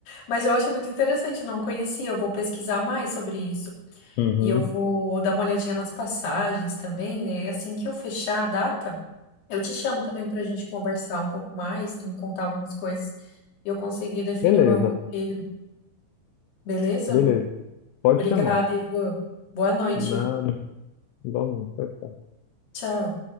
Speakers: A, on the left; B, on the left.
A: Mas eu achei muito interessante, não conhecia. Eu vou pesquisar mais sobre isso.
B: Uhum.
A: E eu vou dar uma olhadinha nas passagens também. né? E assim que eu fechar a data, eu te chamo também pra gente conversar um pouco mais, tu me contar algumas coisas e eu conseguir definir
B: Beleza,
A: o meu roteiro, beleza?
B: beleza. Pode
A: Obrigada,
B: chamar.
A: Ivan. Boa noite.
B: Nada, igualmente. Pode
A: Tchau.